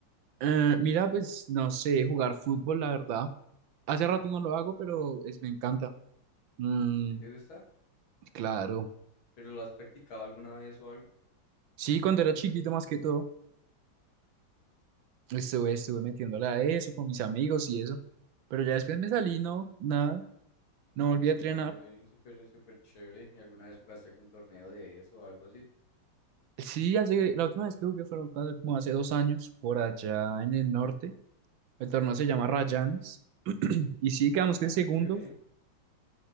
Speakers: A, on the right; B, on the left.
A: Eh, mira, pues no sé, jugar fútbol, la verdad. Hace rato no lo hago,
B: Eh,
A: pero es, me encanta. Mm,
B: ¿Sí te gusta?
A: claro.
B: ¿Pero lo has practicado alguna vez o algo?
A: Sí, cuando era chiquito más que todo, estuve, estuve metiéndole a eso con mis amigos y eso. Pero ya después me salí, no, nada, no volví a entrenar.
B: Oh, bien, súper, súper chévere. ¿Y alguna vez jugaste algún torneo de eso o algo así?
A: Sí, hace, la última vez que jugué fue hace- como hace dos años, por allá en el norte. El torneo se llama Rayanes. Y sí, quedamos
B: Ah,
A: que en segundos.
B: qué chévere.